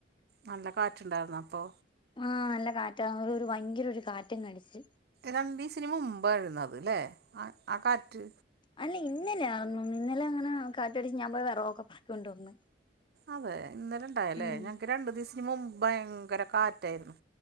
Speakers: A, on the right; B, on the left.
A: നല്ല കാറ്റുണ്ടാരുന്നോ അപ്പോ
B: ആഹ് നല്ല കാറ്റാ ഒരു ഒരു ഭയങ്കര ഒരു കാറ്റങ്ങടിച്ച്
A: രണ്ടീസിന് മുമ്പായിരുന്നത് ല്ലേ ആഹ് കാറ്റ്
B: അല്ല ഇന്നലെ ആണന്ന് തോന്ന് ഇന്നലെ അങ്ങനെ കാറ്റടിച്ച് ഞാൻ പോയി വെറകൊക്കെ പെറക്കിക്കൊണ്ട് വന്ന്
A: അതെ ഇന്നലെ ഇണ്ടായല്ലേ
B: ഉം
A: ഞക്ക് രണ്ടു ദിസിക്ക് മുമ്പാ ഭയങ്കര കാറ്റാരുന്നു